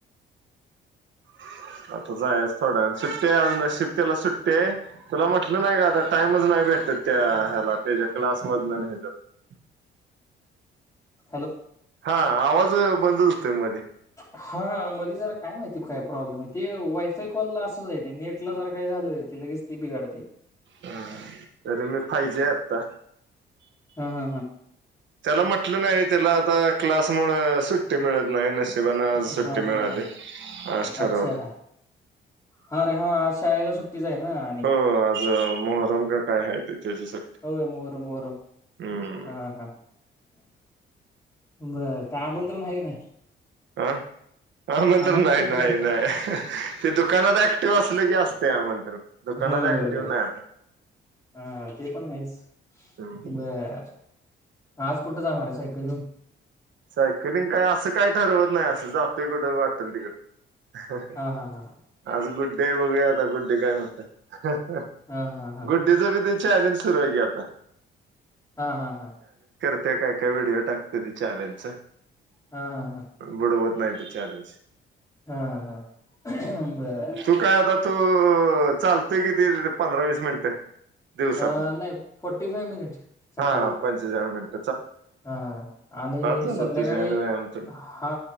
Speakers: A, on the right (about 70°); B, on the left (about 15°).
A: <inaudible> आता जायाचं थोड्या वेळानं सुट्टी आज नशीब त्याला सुट्टी आहे तुला म्हटलं नाही का आता टाइमच नाही त्या ह्याला त्याच्या क्लास मधनं आणि ह्याच्यात
B: हॅलो
A: हा आवाज बंदच हुतोय मध्ये
B: हा मध्ये जरा काय माहिती काय प्रॉब्लेम आहे ते वायफाय कॉलला असंच आहे नेटला जरा काय झालं क लगेचं ती बिघाडतय
A: ह तरी मी फायजी आहे आता
B: हा हा हा
A: त्याला म्हटलं नाही व्हय त्याला आता क्लास मुळं सुट्टी मिळत नाही नशिबानं आज सुट्टी
B: हा हा
A: मिळाली
B: हा
A: आज ठरवलं
B: अच्छा हा रे हा आज शाळेला सुट्टीच आहे ना आणि
A: हो आज मोहरम का काय आहे ते त्याची सुट्टी
B: होय मोहरम मोहरम
A: हम्म
B: हा हा बर काय आमंत्रण आहे की नाही
A: आह आ म्हणून तर
B: आमंत्रण
A: नाही
B: कुठं
A: नाही नाही ते दुकानात ऍक्टिव्ह असले की असतय आमंत्रण दुकानात
B: होय
A: ऍक्टिव्ह
B: होय होय
A: नाही आता
B: हा ते पण आहेच
A: हं.
B: बर आज कुठं जाणार आहे सायकल घेऊन
A: सायकलिंग काय असं काय ठरवत नाही असं जातोय कुठं वाटेल तिकडं
B: हा हा हा
A: आज गुड्डी हाय बघूयात गुड्डी काय म्हणते
B: हा हा हा
A: गुड्डीच बी ते चॅलेंज सुरू आहे की आता
B: हा हा हा
A: ते काय काय व्हिडिओ टाकते ते चॅलेंजच
B: हा हा हा
A: बुडवत नाही ते चॅलेंज
B: हा हा बर.
A: तू काय आता तू चाल किती पंधरा वीस मिनटं दिवसातून
B: अ नाही फोर्टी फाय मिनिट सकाळी
A: हा पंचेचाळ मिनट.
B: हा आणि
A: झालं
B: संध्याकाळी
A: तुझ्या ह्यानं व्यायाम तुला
B: हा